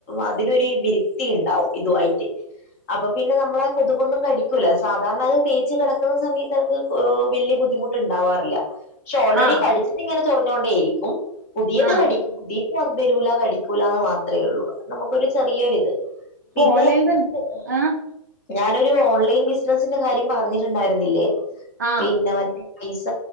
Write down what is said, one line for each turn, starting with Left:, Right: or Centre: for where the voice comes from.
Left: അതിനൊരു വിരക്തി ഇണ്ടാവും ഇതുവായിട്ട് അപ്പൊ പിന്നെ നമ്മളെ കൊതുകൊന്നും കടി ക്കൂല. സാധാരണ അത് തേച്ച് കെടക്ക്ന്ന സമയത്ത് എനക്ക് വല്യ ബുദ്ധിമുട്ടുണ്ടാവാറില്ല. പക്ഷെ ഓൾറെഡി
Right: ആഹ്
Left: കടിച്ചതിങ്ങനെ ചൊറിഞ്ഞോണ്ടേയിരിക്കും പുതിയത്
Right: ആഹ്
Left: കടി <unintelligible> വെരുല്ല കടിക്കൂല ന്ന് മാത്രേ ഒള്ളൂ അത് നമുക്കൊരു ചെറിയൊരിത്.
Right: ഇപ്പൊ
Left: പിന്നെ
Right: ഓൺലൈൻ
Left: <inaudible>
Right: തന്നെ ആഹ്
Left: ഞാനരു ഓൺലൈൻ ബിസിനസിന്റെ കാര്യം പറഞ്ഞിട്ടുണ്ടായിരുന്നില്ലേ
Right: ആഹ്
Left: പിന്നെ മറ്റേ പൈസ